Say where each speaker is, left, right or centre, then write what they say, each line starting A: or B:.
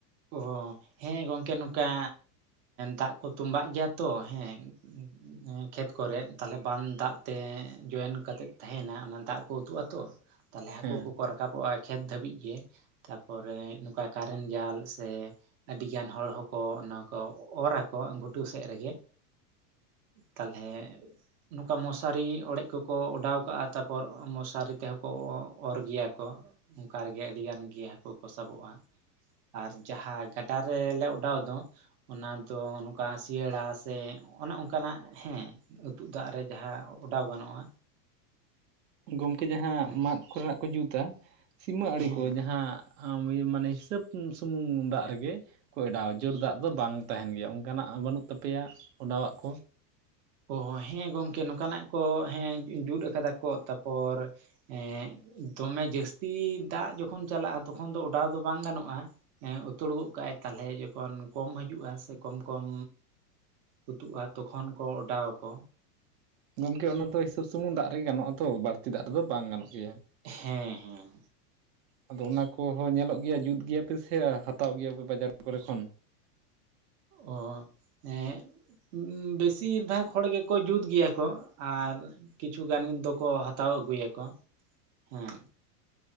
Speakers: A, on the right; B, on the right.
A: ᱚᱦᱚ ᱦᱮᱸ ᱜᱚᱝᱠᱮ ᱱᱚᱝᱠᱟ ᱫᱟᱜ ᱠᱚ ᱛᱩᱸᱵᱟᱜ ᱜᱤᱭᱟ ᱛᱚ ᱦᱮᱸ ᱮᱸ ᱠᱷᱮᱛ ᱠᱚᱨᱮ ᱛᱟᱞᱦᱮ ᱵᱟᱱ ᱫᱟᱜ ᱛᱮ ᱡᱚᱭᱮᱱ ᱠᱟᱛᱮᱫ ᱛᱟᱦᱮᱸᱱᱟ ᱚᱱᱟ ᱫᱟᱜ ᱠᱚ ᱩᱛᱩᱜᱼᱟ ᱛᱚ ᱛᱟᱞᱞᱮ ᱦᱟᱹᱠᱩ
B: ᱦᱮᱸ
A: ᱠᱚᱠᱚ ᱨᱟᱠᱟᱵᱚᱜᱼᱟ ᱠᱷᱮᱛ ᱫᱷᱟᱹᱵᱤᱡ ᱜᱮ ᱛᱟᱯᱚᱨᱮ ᱱᱚᱝᱠᱟ ᱠᱟᱨᱮᱱ ᱡᱟᱞ ᱥᱮ ᱟᱹᱰᱤᱜᱟᱱ ᱦᱚᱲ ᱦᱚᱸᱠᱚ ᱱᱟ ᱠᱚ ᱚᱨ ᱟᱠᱚ ᱜᱷᱩᱴᱩ ᱥᱮᱜ ᱨᱮᱜᱮ ᱛᱟᱞᱦᱮ ᱱᱚᱝᱠᱟ ᱢᱚᱥᱟᱨᱤ ᱚᱲᱮᱡ ᱠᱚᱠᱚ ᱚᱰᱟᱣ ᱠᱟᱜᱼᱟ ᱛᱟᱯᱚᱨ ᱢᱚᱥᱟᱨᱤ ᱛᱮᱦᱚᱸ ᱠᱚ ᱚ ᱚᱨ ᱜᱮᱭᱟ ᱠᱚ ᱚᱱᱠᱟ ᱨᱮᱜᱮ ᱟᱹᱰᱤ ᱜᱟᱱ ᱜᱮ ᱦᱟᱹᱠᱳ ᱠᱚ ᱥᱟᱵᱚᱜᱼᱟ ᱟᱨ ᱡᱟᱦᱟᱸ ᱜᱟᱰᱟ ᱨᱮ ᱞᱮ ᱚᱰᱟᱣ ᱫᱚ ᱚᱱᱟ ᱫᱚ ᱱᱚᱝᱠᱟ ᱥᱤᱭᱟᱹᱲᱟ ᱥᱮ ᱚᱱᱮ ᱚᱱᱠᱟᱱᱟᱜ ᱦᱮᱸ ᱟᱹᱛᱩᱜ ᱫᱟᱜ ᱨᱮ ᱡᱟᱦᱟᱸ ᱚᱰᱟᱣ ᱜᱟᱱᱚᱜᱼᱟ
B: ᱜᱚᱢᱠᱮ ᱡᱟᱦᱟᱸ
A: ᱦᱮᱸ
B: ᱢᱟᱫ ᱠᱚ ᱨᱮᱱᱟᱜ ᱠᱚ ᱡᱩᱛᱟ ᱥᱤᱢᱟᱹ ᱟᱲᱮ
A: ᱦᱮᱸ
B: ᱠᱚ ᱡᱟᱦᱟᱸ <inaudible> ᱢᱟᱱᱮ ᱦᱤᱥᱟᱹᱵ ᱥᱩᱢᱩᱝ ᱫᱟᱜ ᱨᱮᱜᱮ ᱠᱚ ᱮᱰᱟᱣᱟ ᱡᱳᱨ ᱫᱟᱜ ᱫᱚ ᱵᱟᱝ ᱛᱟᱦᱮᱸᱱ ᱜᱮᱭᱟ ᱚᱱᱠᱟᱱᱟᱜ ᱵᱟᱹᱱᱩᱜ ᱛᱟᱯᱮᱭᱟ ᱚᱰᱟᱣᱟᱜ ᱠᱚ
A: ᱚ ᱦᱮᱸ ᱜᱚᱢᱠᱮ ᱱᱚᱠᱟᱱᱟᱜ ᱠᱚ ᱦᱮᱸ ᱡᱩᱫ ᱠᱟᱫᱟ ᱠᱚ ᱛᱟᱯᱚᱨ ᱮᱸᱫᱚᱢᱮ ᱡᱟᱹᱥᱛᱤ ᱫᱟᱜ ᱡᱚᱠᱷᱚᱱ ᱪᱟᱞᱟᱜᱼᱟ ᱛᱚᱠᱷᱚᱱ ᱫᱚ ᱚᱰᱟᱣ ᱫᱚ ᱵᱟᱝ ᱜᱟᱱᱚᱜᱼᱟ ᱮᱸ ᱩᱛᱷᱳᱲ ᱜᱚᱜ ᱠᱟᱜᱼᱟᱭ ᱛᱟᱞᱦᱮ ᱡᱚᱠᱷᱚᱱ ᱠᱚᱢ ᱦᱤᱡᱩᱜᱼᱟ ᱥᱮ ᱠᱚᱢ ᱠᱚᱢ ᱩᱛᱩᱜᱼᱟ ᱛᱚᱠᱷᱚᱱ ᱠᱚ ᱚᱰᱟᱣᱟ ᱠᱚ
B: ᱜᱚᱢᱠᱮ ᱚᱱᱟ ᱫᱚ ᱦᱤᱥᱟᱹᱵ ᱥᱩᱢᱩᱝ ᱫᱟᱜ ᱨᱮ ᱜᱮ ᱜᱟᱱᱚᱜᱼᱟ ᱛᱚ ᱵᱟᱹᱲᱛᱤ ᱫᱟᱜ ᱨᱮᱫᱚ ᱵᱟᱝ ᱜᱟᱱᱚᱜ ᱜᱮᱭᱟ
A: ᱦᱮᱸ ᱦᱮᱸ
B: ᱟᱫᱚ ᱚᱱᱟ ᱠᱚ ᱦᱚᱸ ᱧᱮᱞᱚᱜ ᱜᱮᱭᱟ ᱡᱩᱛ ᱜᱮᱭᱟ ᱯᱮ ᱥᱮ ᱦᱟᱛᱟᱣ ᱜᱮᱭᱟ ᱯᱮ ᱵᱟᱡᱟᱨ ᱠᱚ ᱨᱮ ᱠᱷᱚᱱ
A: ᱚ ᱮᱸ ᱵᱮᱥᱤᱨ ᱵᱷᱟᱜᱽ ᱦᱚᱲ ᱜᱮ ᱠᱚ ᱡᱩᱛ ᱜᱮᱭᱟ ᱠᱚ ᱟᱨ ᱠᱤᱪᱷᱩ ᱜᱟᱱ ᱫᱚᱠᱚ ᱦᱟᱛᱟᱣ ᱟᱹᱜᱩᱭᱟ ᱠᱚ ᱦᱮᱸ